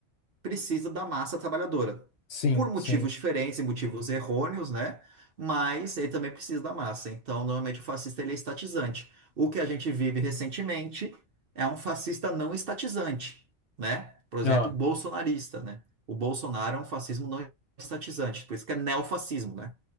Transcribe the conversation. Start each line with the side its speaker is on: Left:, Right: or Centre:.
Right: precisa da massa trabalhadora.
Left: Sim,
Right: Por motivos
Left: sim.
Right: diferentes e motivos errôneos, né? Mas ele também precisa da massa. Então, normalmente o fascista ele é estatizante. O que a gente vive recentemente é um fascista não estatizante, né? Por exemplo,
Left: Ah.
Right: bolsonarista, né? O Bolsonaro é um fascismo não estatizante, por isso que é neofascismo, né?